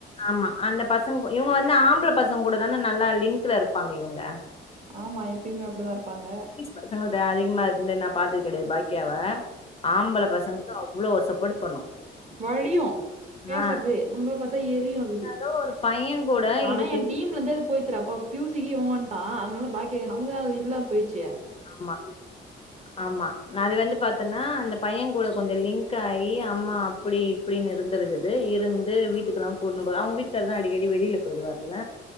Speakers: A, on the left; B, on the right.
A: ஆமா அந்த பசங்க இவுங்க வந்து ஆம்பள பசங்க கூட தான நல்லா லிங்க்ல இருப்பாங்க இவங்க
B: ஆமா எப்பயுமே அப்டிதா இருப்பாங்க
A: பசங்கள்ட அதிகமா இருந்து நா பாத்தது கெடையாது பாக்கியாவ ஆம்பள பசங்களுக்கு அவ்ளோ சப்போட்டு பண்ணு
B: வலியு பேசுறது
A: ஆ
B: நம்மள பாத்தா எரியு அதுக்கு
A: ஏதோ ஒரு பைய கூட
B: ஆனா
A: இதுக்கு
B: எ டீம் அப்பலந்தே அது போய்த்துடா அப்பா க்யூ சி கி இவ வன்டா அதனால பாக்கியா நமக்குா தா அது இல்லாம போய்ச்சே
A: ஆமா ஆமா நா அது வந்து பாத்தன்னா அந்த பைய கூட கொஞ்சோ லிங்க் ஆயி அம்மா அப்டி அப்டின்னு இருந்துருக்குது இருந்து வீட்டுக்கெல்லா கூட்ணு போறா அவுங்க வீட்டுக்காரு தா அடிக்கடி வெளில போயிடுவாருல